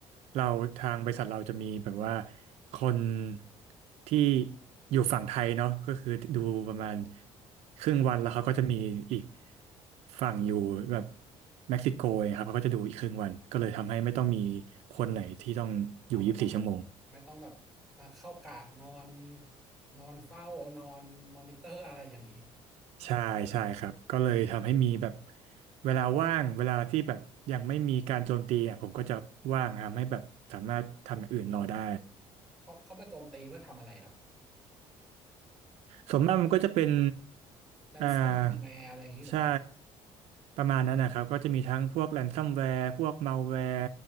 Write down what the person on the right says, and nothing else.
เราทางบริษัทเราจะมีแบบว่าคนที่อยู่ฝั่งไทยเนาะก็คือดูประมาณ
ครึ่งวันแล้วเขาก็จะมีอีกฝั่งอยู่แบบเม็กซิโกครับเขาก็จะดูอีกครึ่งวันก็เลยทำให้ไม่ต้องมีคนไหนที่ต้องอยู่24ชั่วโมง
ใช่ใช่ครับก็เลยทำให้มีแบบเวลาว่างเวลาที่แบบยังไม่มีการโจมตีอ่ะผมก็จะว่างทำให้แบบสามารถทำอย่างอื่นรอได้
ส่วนมากมันก็จะเป็น
อ่า
ใช่ ประมาณนั้นนะครับ ก็จะมีทั้งพวกแ a นซัมแวร์พวกมัลแวร์